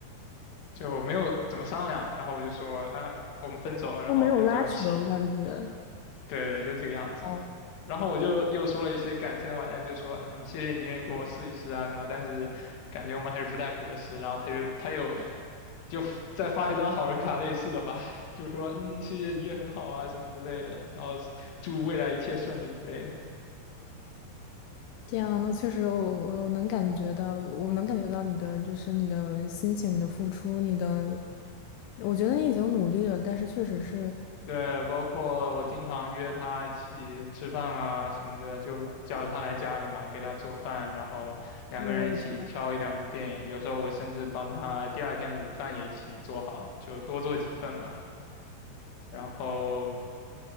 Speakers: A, on the left; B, on the left.
A: 就没有怎么商量，然后我就说啊，我们分手，然后他就说行，
B: 都没有拉扯，我感觉。
A: 对对，就这个样子。
B: 哦，
A: 然后我就又说了一些感谢的话，他就说，嗯，谢谢你愿意跟我试一试啊什么，但是感觉我们还是不太合适。然后他就他又就再发一张好人卡类似的吧，就说，嗯，谢谢你也很好啊什么之类的，然后祝未来一切顺利之类的。
B: 这样，那确实我，我能感觉到，我能感觉到你的，就是你的心情、你的付出、你的，我觉得你已经努力了，但是确实是，
A: 对，包括我经常约他一起吃饭啊什么的，就叫他来家里嘛，给他做饭，然后两个人一起挑一两部电影。
B: 我的天，
A: 有时候我甚至帮他第二天的午饭也一起做好，就多做几份嘛。然后